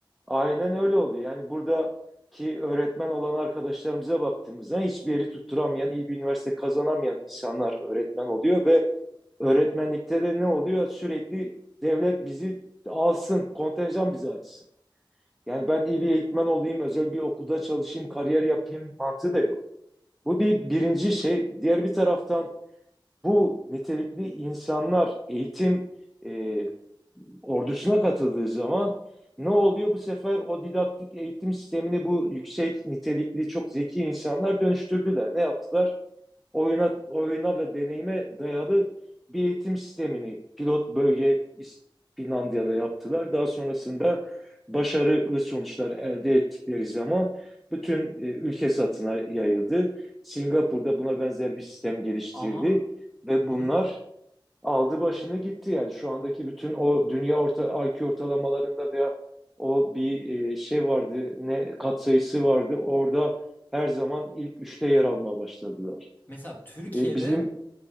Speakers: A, in the centre; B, on the left.
A: aynen öyle oluyor. Yani buradaki öğretmen olan arkadaşlarımıza baktığımızda hiçbir yeri tutturamayan, iyi bir üniversite kazanamayan insanlar öğretmen oluyor ve Öğretmenlikte de ne oluyor? Sürekli devlet bizi alsın, kontenjan bizi açsın. Yani ben iyi bir eğitmen olayım, özel bir okulda çalışayım, kariyer yapayım mantığı da yok. Bu bir birinci şey. Diğer bir taraftan bu nitelikli insanlar eğitim e, ordusuna katıldığı zaman ne oluyor? Bu sefer o didaktik eğitim sistemini bu yüksek nitelikli çok zeki insanlar dönüştürdüler. Ne yaptılar? oyuna oyuna ve deneyime dayalı bir eğitim sistemini pilot bölge İs- Finlandiya'da yaptılar. Daha sonrasında başarılı sonuçlar elde ettikleri zaman bütün e, ülke satına yayıldı. Singapur'da buna benzer bir sistem geliştirdi
B: Ama
A: ve bunlar
B: hı hı.
A: aldı başını gitti. Yani şu andaki bütün o dünya orta IQ ortalamalarında veya o bir e, şey vardı, ne katsayısı vardı. Orada her zaman ilk üçte yer almaya başladılar.
B: Mesela Türkiye'de
A: E, bizim